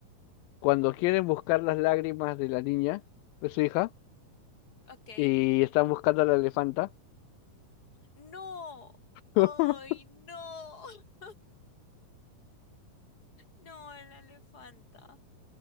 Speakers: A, on the left; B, on the left.
A: cuando quieren buscar las lágrimas de la niña, de su hija,
B: Ok.
A: y están buscando a la elefanta.
B: No. Ay,
A: <laughs>
B: no. <laughs> No, la elefanta.